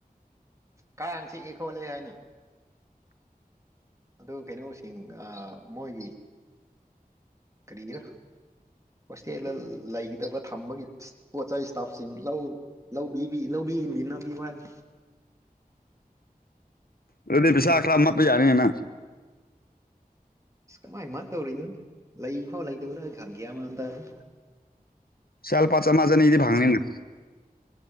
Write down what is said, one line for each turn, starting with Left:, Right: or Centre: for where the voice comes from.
Right: ꯀꯪ ꯆꯤꯛꯀꯦ ꯈꯣꯠꯂꯦꯍꯥꯏꯅ ꯑꯗꯨ ꯀꯩꯅꯣꯁꯤꯡ ꯃꯣꯏꯒꯤ ꯀꯥꯔꯤꯔꯥ ꯍꯣꯁꯇꯦꯜꯗ ꯂꯩꯒꯗꯕ ꯊꯝꯕꯒꯤ ꯄꯣꯠ ꯏꯁꯇꯥꯐꯁꯤꯡ ꯂꯧ ꯂꯧꯕꯤꯕꯤ ꯂꯧꯕꯤ ꯃꯤꯅ ꯋꯥꯏꯅꯤ
Left: ꯑꯗꯨꯗꯤ ꯄꯕꯤꯁꯥ ꯈꯔ ꯃꯠꯇ ꯌꯥꯅꯤꯅ ꯅꯪ
Right: ꯑꯁ ꯀꯃꯥꯏ ꯃꯥ ꯇꯧꯔꯤꯅꯣ ꯂꯩꯐꯥꯎ ꯂꯩꯗꯧꯔ ꯒꯌ꯭ꯥꯟ ꯃꯥꯟ ꯇꯥꯗꯦ ꯫
Left: ꯆꯦꯜ ꯆꯥꯃ ꯆꯥꯅꯤꯗꯤ ꯐꯪꯅꯤꯅ